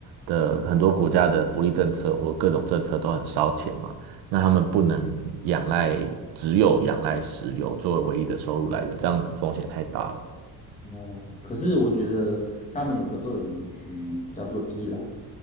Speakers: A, on the right (about 85°); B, on the left (about 20°).
A: 的很多国家的福利政策或各种政策都很烧钱嘛，那他们不能仰赖，只有仰赖石油作为唯一的收入来源，这样风险太大了。
B: 哦，可是我觉得他们有个恶邻居叫做伊朗。